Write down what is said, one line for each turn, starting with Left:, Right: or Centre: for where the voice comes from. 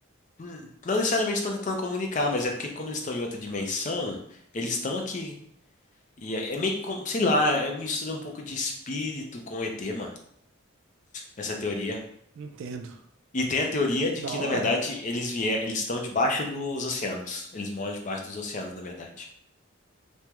Left: hum, Não necessariamente estão tentando comunicar, mas é porque, como eles estão em outra dimensão, eles estão aqui. E é é meio que, como- sei lá, é, mistura um pouco de espírito com ET, mano, essa teoria.
Right: Entendo.
Left: E tem a teoria de
Right: Da
Left: que, na
Right: hora?
Left: verdade, eles vier, eles estão debaixo dos oceanos. Eles moram debaixo dos oceanos, na verdade.